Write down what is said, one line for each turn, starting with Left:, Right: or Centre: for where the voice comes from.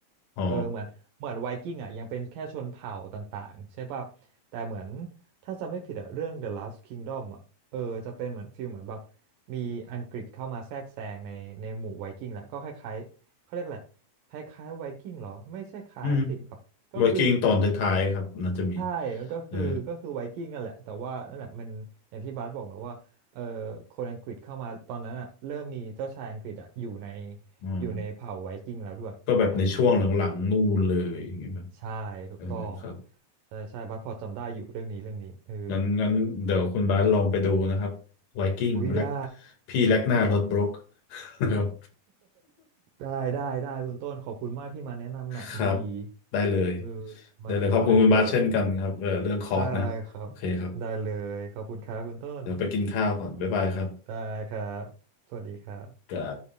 Left: อ๋อ
Right: เออเหมือนเหมือนไวกิ้งอ่ะยังเป็นแค่ชนเผ่าต่างๆใช่ป่ะแต่เหมือนถ้าจำไม่ผิดอะเรื่อง The Last Kingdom อ่ะเออจะเป็นเหมือนฟิลเหมือนแบบมีอังกฤษเข้ามาแทรกแซงในในหมู่ไวกิ้งแหละก็คล้ายๆเขาเรียกอะไรคล้ายๆไวกิ้งเหรอไม่ใช่คล้ายสิแบบก็คือ
Left: อืมไวกิ้งตอนท้ายๆครับน่าจะมี
Right: ใช่มันก็คือก็คือไวกิ้งนั่นแหละแต่ว่านั่นแหละมันอย่างที่บาสบอกนะว่าเออ
Left: เออ
Right: คนอังกฤษเข้ามาตอนนั้นอ่ะเริ่มมีเจ้าชายอังกฤษอ่ะอยู่ใน
Left: อ๋อ
Right: อยู่ในเผ่าไวกิ้งแล้วด้วยตอนนั้นอืม
Left: ก็แบบในช่วงหลังๆนู่นเลยอย่างเงี้ยแบบ
Right: ใช่ถูกต้อง
Left: เออครับ
Right: ใช่ใช่บัสพอจำได้อยู่เรื่องนี้เรื่องนี้เออ
Left: งั้นงั้นเดี๋ยวคุณบาสลองไปดูนะครับไวกิ้งแลก
Right: อุ้ยได้
Left: พี่แลกหน้ารถบรก <laughs> นะครับ
Right: ได้ <laughs> ได้ได้ได้คุณต้นขอบคุณมากที่มาแนะนำหนังดี
Left: ครับ
Right: ๆเออ
Left: ได้เลย
Right: มามาแลกเปลี่ยนกัน
Left: ได้เลยขอบคุณคุณบาสเช่นกันครับเออเรื่องคอร์สนะโอเคครับ
Right: ได้ครับได้เลยขอบคุณครับคุณต้น
Left: เดี๋ยวไปกินข้าวก่อนบ๊ายบายครับ
Right: ได้ครับ สวัสดีครับ
Left: ครับ